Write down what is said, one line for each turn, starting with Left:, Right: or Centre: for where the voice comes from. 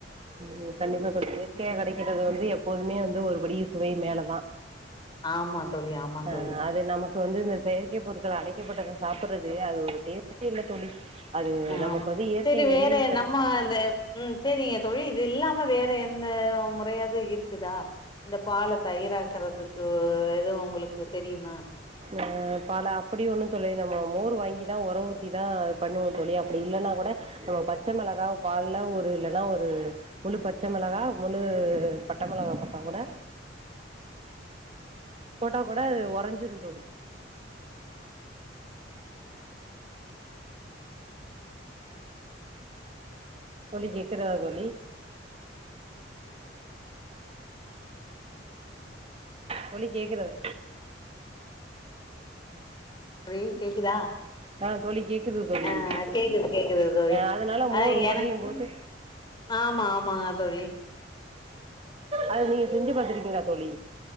Right: ம் கண்டிப்பா தோழி ஹெல்தியா கிடைக்கிறது வந்து எப்போதுமே வந்து ஒருபடி சுவை மேலதான்
Left: ஆமா தோழி ஆமா
Right: ஆ
Left: தோழி
Right: அது நமக்கு வந்து செயற்கை பொருட்கள் அடைக்கப்பட்டது சாப்பிடுறது அது ஒரு டேஸ்டே இல்ல தோழி அது நமக்கு
Left: ஆமா
Right: வந்து இயற்கையில
Left: சேரி வேற
Right: இருந்து கிடை
Left: நம்ம இந்த ம் சேரிங்க தோழி இது இல்லாம வேற எந்த முறையாது இருக்குதா இந்த பால்ல தயிர் ஆக்குறதுக்கு எது உங்களுக்கு தெரியுமா
Right: ஆ பால அப்டி ஒன்னு தோழி நாம்ம மோர் வாங்கி தா ஒர ஊத்தி தா பண்ணுவன் தோழி அப்டி இல்லைன்னா கூட நம்ம பச்சை மிளகா பால்ல ஒரு இல்லைன்னா ஒரு முழு பச்சை மிளகா முழு பட்ட மிளகா போட்டா கூட போட்டா கூட அது உரைஞ்சிரும் தோழி தோழி கேட்கிறதா தோழி தோழி கேக்கிறது
Left: ழி கேக்குதா
Right: ஆ தோழி கேக்குது தோழி
Left: அ கேக்குது கேக்குது தோழி
Right: அ அதனால
Left: ஆ
Right: மோர்
Left: எனக்கு
Right: ஒரையும் போது
Left: ஆமா ஆமாங்க தோழி
Right: அத நீங்க செஞ்சு பார்த்திருக்கீங்களா தோழி